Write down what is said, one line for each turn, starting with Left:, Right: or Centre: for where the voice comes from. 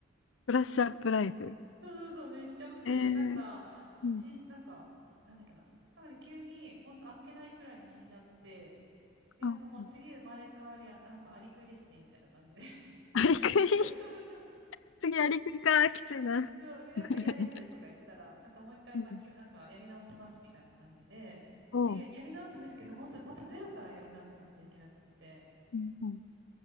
Left: ブラッシュアップライフ。
Right: そうそうそう、めっちゃ面白いんですよ。
Left: えー、
Right: なんか、
Left: うん。
Right: しなんか、なんだっけな。なんかね、急に、ほんとあっけないくらいに死んじゃって、で、
Left: あ、
Right: なんかもう次生まれ変わりや、
Left: うん。
Right: なんかアリクイですね、みたいな感じで。
Left: アリクイ、<laughs>
Right: <laughs> そうそう
Left: 次アリクイか、きついな。
Right: そう。
Left: <laughs>
Right: で、なんか嫌ですとか言ったら、なんかもう一回巻き、
Left: うん。
Right: なんかやり直せます、みたいな感じで、
Left: おう。
Right: で、や、やり直すんですけど、本当またゼロからやり直さなくちゃいけなくって。
Left: うん、うん、